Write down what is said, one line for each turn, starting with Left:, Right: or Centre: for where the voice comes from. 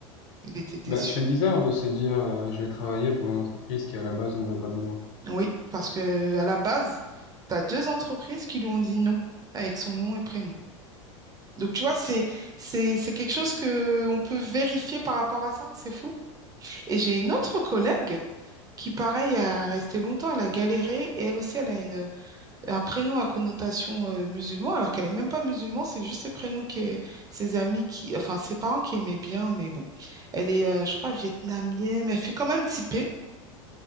Right: Il était déçu.
Left: Ben, c'est bizarre de se dire euh, je vais travailler pour une entreprise qui à la base ne veut pas de moi.
Right: Oui, parce que à la base, tu as deux entreprises qui lui ont dit non avec son nom et prénom. Donc, tu vois, c'est, c'est, c'est quelque chose que on peut vérifier par rapport à ça. C'est fou. Et j'ai une autre collègue qui, pareil, a resté longtemps. Elle a galéré et elle aussi, elle a une, un prénom à connotation euh, musulman, alors qu'elle n'est même pas musulman. C'est juste ses prénoms que ses amis qui, enfin, ses parents qui aimaient bien. Mais bon, elle est, euh, je crois, vietnamienne. Elle fait quand même typée.